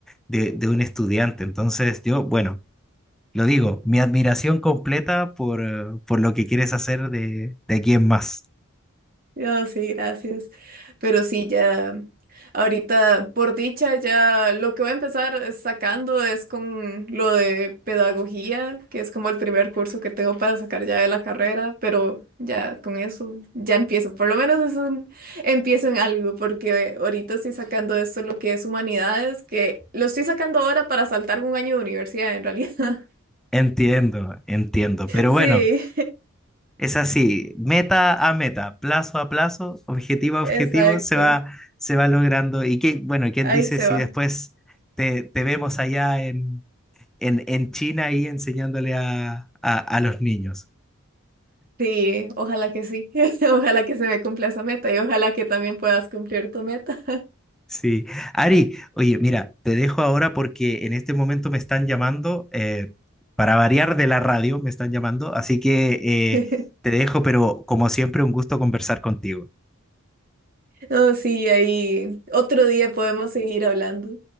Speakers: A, in the centre; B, on the right.
A: de de un estudiante. Entonces, yo, bueno. Lo digo, mi admiración completa por, eh, por lo que quieres hacer de, de aquí en más.
B: Yo sí, gracias. Pero sí, ya, ahorita, por dicha, ya lo que voy a empezar es sacando es con lo de pedagogía, que es como el primer curso que tengo para sacar ya de la carrera, pero ya con eso ya empiezo. Por lo menos es un empiezo en algo, porque ahorita estoy sacando esto lo que es humanidades, que lo estoy sacando ahora para saltar un año de universidad en realidad. <laughs>
A: Entiendo, entiendo. Pero
B: Sí,
A: bueno, es así, meta a meta, plazo a plazo, objetivo a
B: exacto.
A: objetivo, se va, se va logrando. Y qué, bueno, ¿quién
B: Ahí
A: dice
B: se
A: si
B: va.
A: después te, te vemos allá en, en, en China y enseñándole a, a, a los niños?
B: Sí, ojalá que sí. <laughs> Ojalá que se me cumpla esa meta y ojalá que también puedas cumplir tu meta.
A: Sí. Ari, oye, mira, te dejo ahora porque en este momento me están llamando, eh, para variar de la radio, me están llamando, así que
B: <laughs>
A: eh, te dejo, pero como siempre, un gusto conversar contigo.
B: No, sí, ahí otro día podemos seguir hablando.